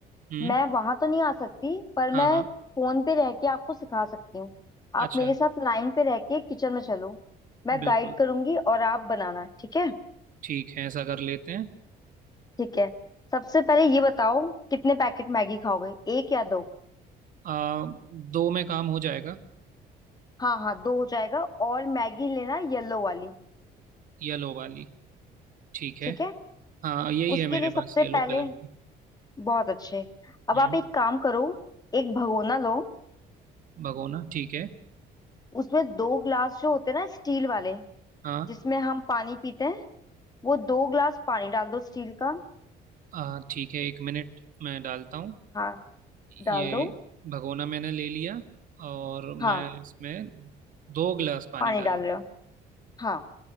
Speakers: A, on the right (about 55°); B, on the left (about 25°).
A: हम्म
B: मैं वहां तो नहीं आ सकती पर
A: हाँ
B: मैं
A: हाँ
B: फोन पे रह के आपको सिखा सकती हूँ आप
A: अच्छा
B: मेरे साथ लाइन पे रह के किचन में चलो मैं
A: बिल्कुल
B: गाइड करूंगी और आप बनाना ठीक है
A: ठीक है ऐसा कर लेते हैं
B: ठीक है सबसे पहले ये बताओ कितने पैकेट मैगी खाओगे एक या दो
A: आ, दो में काम हो जाएगा
B: हाँ हाँ दो हो जाएगा और मैगी लेना येलो वाली
A: येलो वाली ठीक है
B: ठीक है
A: हाँ यही
B: उसके
A: है मेरे
B: लिए सबसे
A: पास येलो
B: पहले
A: कलर की
B: बहुत अच्छे अब
A: हम्म
B: आप एक काम करो एक भगोना लो
A: भगोना ठीक है
B: उसमें दो ग्लास जो होते हैं ना स्टील वाले
A: हाँ
B: जिसमें हम पानी पीते हैं वो दो ग्लास पानी डाल दो स्टील का
A: आ, ठीक है एक मिनट मैं डालता हूँ
B: हाँ डाल
A: ये
B: दो
A: भगोना मैंने ले लिया और
B: हाँ
A: मैं इसमें दो गिलास पानी
B: पानी
A: डाल
B: डाल रहे हो हाँ